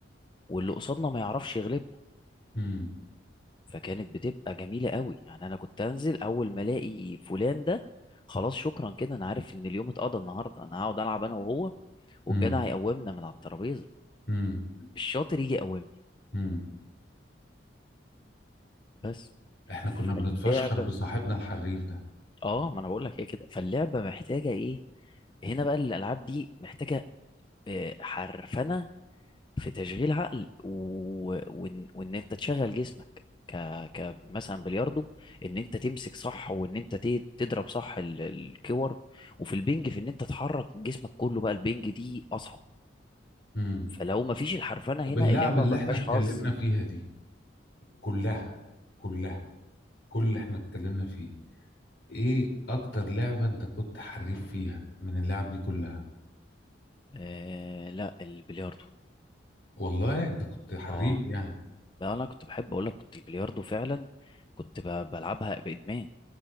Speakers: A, on the left (about 25°); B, on the left (about 65°).
A: واللي قصادنا ما يعرفش يغلبنا
B: امم
A: فكانت بتبقى جميلة قوي يعني أنا كنت أنزل أول ما ألاقي فلان ده خلاص شكرا كده أنا عارف إن اليوم اتقضى النهاردة أنا هقعد ألعب أنا وهو والجدع
B: امم
A: يقومنا من على الترابيزة
B: امم
A: الشاطر يجي يقومني
B: امم
A: بس
B: احنا
A: فاللعبة
B: كنا بنتفشخر بصاحبنا الحريف ده
A: اه ما انا بقول لك هي كده فاللعبه محتاجه ايه هنا بقى الالعاب دي محتاجه آه، حرفنه في تشغيل عقل و... وان... وان انت تشغل جسمك ك... ك مثلا بلياردو ان انت تمسك صح وان انت ت... تضرب صح ال... الكور وفي البنج في ان انت تحرك جسمك كله بقى البنج دي اصعب
B: امم
A: فلو ما فيش الحرفنه هنا
B: طب اللعب
A: اللعبه
B: اللي
A: ما
B: احنا
A: فيهاش
B: اتكلمنا
A: حظ
B: فيها دي كلها كلها كل اللي احنا اتكلمنا فيه ايه اكتر لعبة انت كنت حريف فيها من اللعب دي كلها
A: آه... لا البلياردو
B: والله انت كنت حريف
A: اه
B: يعني
A: بقى انا كنت بحب اقول لك كنت البلياردو فعلا كنت ب... بلعبها بادمان